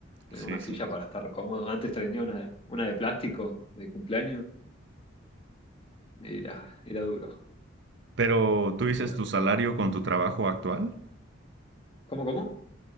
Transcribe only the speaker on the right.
Sí,
sí.
Pero tú dices
tu salario con tu trabajo actual.